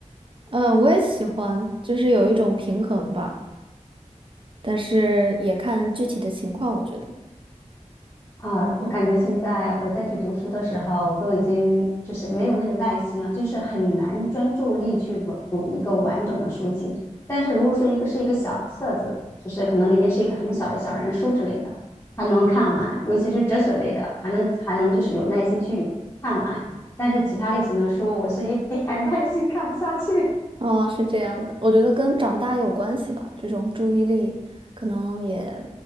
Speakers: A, on the right (about 45°); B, on the left (about 25°).
A: 嗯，我也喜欢，就是有一种平衡吧，但是也看具体的情况，我觉得。
B: 啊，
A: 嗯。
B: 我感觉现在我再去读书的时候，都已经就是没有那个耐心了，就是很难专注力去读读一个完整的书籍。但是如果说一个是一个小册子，就是可能里面是一个很小的小人书之类的，还能看完，尤其是哲学类的，还能还能就是有耐心去看完。但是其他类型的书，我是一点 <laughs> 耐心看不下去。
A: 哦，是这样的，我觉得跟长大有关系吧，这种注意力可能也